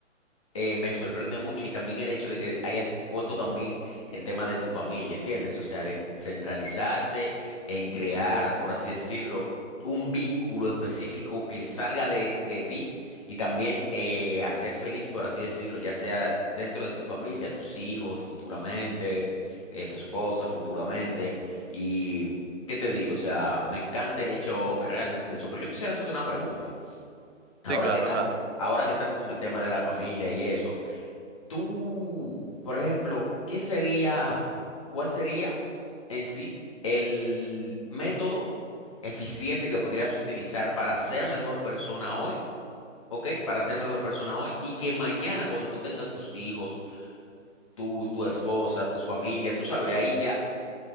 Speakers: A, on the left; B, on the right.
A: eh, me sorprende mucho y también el hecho de que hayas puesto también el tema de tu familia, ¿entiendes? O sea, de centralizarte en crear, por así decirlo, un vínculo específico que salga de, de ti y también eh, hacer feliz, por así decirlo, ya sea dentro de tu familia, tus hijos futuramente, eh, tu esposa futuramente. Y, ¿qué te digo? O sea, me encanta el hecho realmente de eso. Pero yo quisiera hacerte una pregunta. Ahora
B: Sí, claro,
A: que estamos,
B: claro.
A: ahora que estamos con el tema de la familia y eso. Tú, por ejemplo, ¿qué sería, cuál sería en sí el método eficiente que podrías utilizar para ser mejor persona hoy, ¿ok? Para ser mejor persona hoy y que mañana cuando tú tengas tus hijos, tú, tu esposa, tu familia, tú sabes, ahí ya,